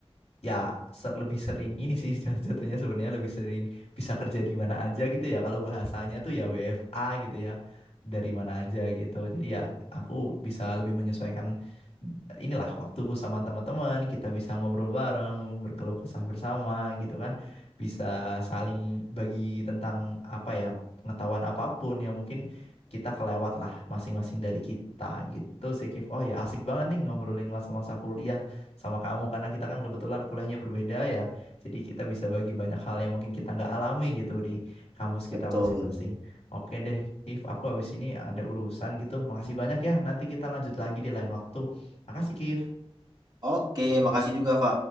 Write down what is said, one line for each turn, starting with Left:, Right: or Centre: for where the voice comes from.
Left: ya ser lebih sering ini sih <laughs> jatuh-jatuhnya sebenarnya lebih sering bisa kerja di mana aja gitu ya kalau bahasanya tuh ya WFA gitu ya dari mana aja gitu jadi ya aku bisa lebih menyesuaikan eh, inilah waktuku sama teman-teman kita bisa ngobrol bareng berkeluh kesah bersama gitu kan bisa saling bagi tentang apa ya pengetahuan apapun yang mungkin kita kelewat lah masing-masing dari kita gitu sih Kif oh ya asik banget nih ngobrolin masa-masa kuliah sama kamu karena kita kan kebetulan kuliahnya berbeda ya. Jadi kita bisa bagi banyak hal yang mungkin kita nggak alami gitu di kampus kita
Right: betul.
Left: masing-masing. Oke deh, Kif, aku habis ini ada urusan gitu. Makasih banyak ya. Nanti kita lanjut lagi di lain waktu. Makasih, Kif.
Right: Oke, makasih juga, Fa.